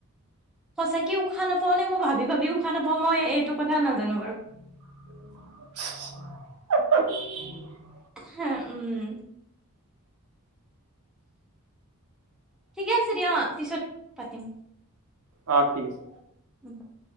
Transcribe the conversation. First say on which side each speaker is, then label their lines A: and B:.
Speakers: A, in the centre; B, on the right.
A: সঁচাকে উশাহ নাপাওঁ নে মই ভাবি ভাবি উশাহ নাপাওঁ মই এইটো কথা নাজানো বাৰু।
B: <inaudible>
A: হে, উম। ঠিকে আছে দিয়া অঁ পিছত পাতিম।
B: অ ঠিক আছে।
A: <inaudible>